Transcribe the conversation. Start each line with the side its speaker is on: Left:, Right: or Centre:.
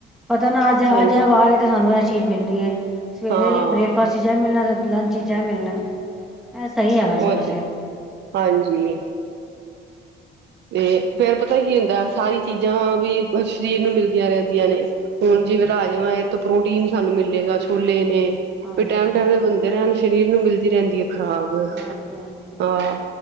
Centre: ਪਤਾ ਨਾ ਅੱਜ
Right: ਹਾਂਜੀ
Centre: ਅੱਜ ਇਹ ਵਾਰ ਏ, ਤੇ ਸਾਨੂੰ ਇਹ ਚੀਜ਼ ਮਿਲਨੀ ਏ, ਸਵੇਰੇ
Right: ਹਾਂ
Centre: ਬ੍ਰੇਕਫਾਸਟ ਚ ਜਾ ਮਿਲਣਾ ਲੰਚ ਚ ਏ ਮਿਲਣਾ ਐ ਸਹੀ ਆ ਵੈਸੇ।
Right: ਉਹ ਤੇ ਹਾਂਜੀ! ਤੇ ਫੇਰ ਪਤਾ ਕੀ ਹੁੰਦਾ, ਸਾਰੀ ਚੀਜ਼ਾਂ ਵੀ ਸਰੀਰ ਨੂੰ ਮਿਲਦੀਆਂ ਨੇ - ਆਂ ਨੇ ਹੁਣ ਜਿਵੇਂ ਰਾਜਮਾਂ ਇਹ ਤੋਂ ਪ੍ਰੋਟੀਨ ਸਾਨੂੰ ਮਿਲੇਗਾ, ਛੋਲੇ ਨੇ-
Centre: ਹਾਂਜੀ
Right: ਵੀ ਟੈਮ-ਟੈਮ ਦੇ ਬੰਣ ਦੇ ਰਹਿਣ ਸਰੀਰ ਨੂੰ ਮਿਲਦੀ ਰਹਿੰਦੀ ਹੈ ਖ਼ਰਾਕ।
Centre: ਹਾਂਜੀ ਹਾਂਜੀ
Right: ਹਾਂ,